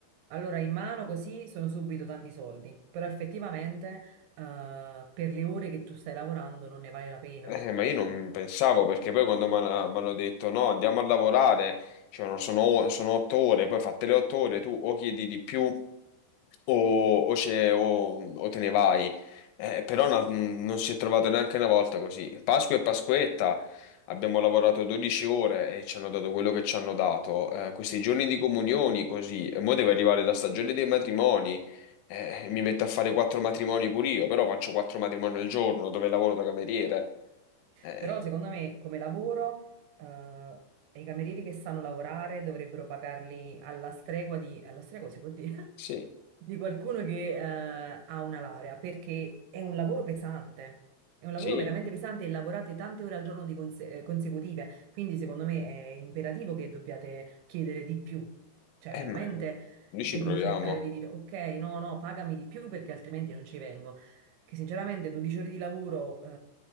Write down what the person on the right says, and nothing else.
Allora in mano così sono subito tanti soldi, però effettivamente eh, per le ore che tu stai lavorando non ne vale la pena.
Però secondo me come lavoro eh, i camerieri che sanno lavorare dovrebbero pagarli alla stregua di... alla stregua si può dire?
di qualcuno che eh, ha una laurea, perché è un lavoro pesante. È un lavoro
veramente pesante e lavorate tante ore al giorno di conse- eh, consecutive, quindi secondo me è imperativo che dobbiate chiedere di più. Cioè,
veramente
devi
cercare di dire ok, no, no, pagami di più perché altrimenti non ci vengo. Che sinceramente 12 ore di lavoro eh,